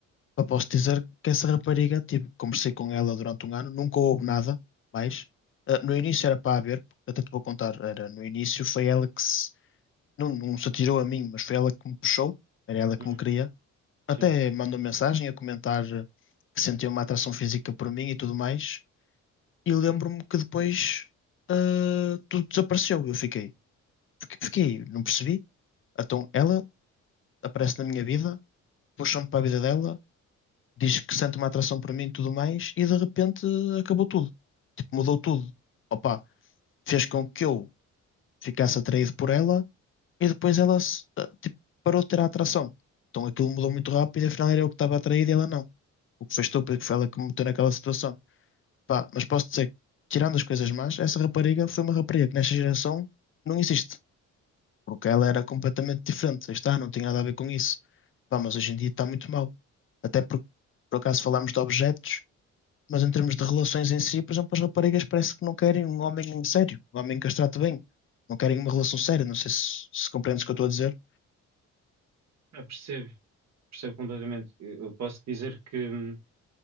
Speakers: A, on the left; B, on the right.
A: Pá, posso dizer que essa rapariga, tipo, conversei com ela durante um ano, nunca houve nada mais. Eh, no início era para haver, até te vou contar, era no início foi ela que se, não, não se atirou a mim, mas foi ela que me puxou, era ela que
B: Uhum,
A: me queria até
B: Sim,
A: mandou mensagem a comentar que sentia uma atração física por mim e tudo mais. E lembro-me que depois ah, tudo desapareceu. Eu fiquei, fiquei, fiquei, não percebi. Então ela aparece na minha vida, puxa-me para a vida dela, diz que sente uma atração por mim e tudo mais, e de repente acabou tudo. Tipo, mudou tudo. Opa, fez com que eu ficasse atraído por ela e depois ela se- ah, tipo, parou de ter a atração. Então aquilo mudou muito rápido e afinal era eu que estava atraído e ela não. O que fez estúpido, que foi ela que me meteu naquela situação. Pá, mas posso dizer que, tirando as coisas más, essa rapariga foi uma rapariga que nesta geração não existe. Porque ela era completamente diferente. Aí Está, não tinha nada a ver com isso. Pá, mas hoje em dia está muito mal. Até porque, por acaso, falámos de objetos, mas em termos de relações em si, por exemplo, as raparigas parece que não querem um homem sério, um homem que as trate bem. Não querem uma relação séria. Não sei se, se compreendes o que eu estou a dizer.
B: eu percebo, percebo completamente. Eu eu posso dizer que, hum,